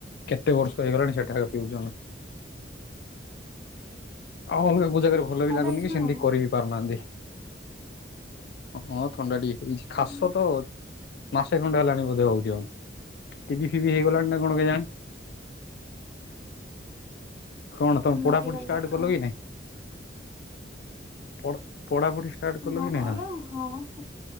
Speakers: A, on the left; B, on the right.
A: କେତେ ବର୍ଷ ହେଇଗଲାଣି ସେଠାରୁ ପିଉଛୁ ଆମେ। ଆଉ
B: ହୁଁ
A: ଆଲଗାକୁ ଜାଗାରେ ଭଲ
B: ଥଣ୍ଡା
A: ବି ଲାଗୁନି,
B: ହେଇଛି
A: କି
B: ନା
A: ସେମିତି
B: କଣ?
A: କରି ବିି ପାରୁନାହାନ୍ତି। ହଁ ଥଣ୍ଡା ଟିକେ ହେଇଛି।
B: ହୁଁ
A: ଖାସ ତ ମାସେ ଖଣ୍ଡେ ହେଲାଣି ବୋଧେ ହଉଛି। ଟିଭିି ଫିଭିି ହେଇଗଲାଣି ନା କଣ କେ ଜାଣି? କଣ ତମେ
B: ମେଡିକାଲ
A: ପଢାପଢି ଷ୍ଟାର୍ଟ
B: ଦେଖାଅ।
A: କଲ କି ନାଇଁ? ପଢ ପଢାପଢି ଷ୍ଟାର୍ଟ କଲ
B: ମୋର
A: କି ନାଇଁ ତମେ?
B: ହଁ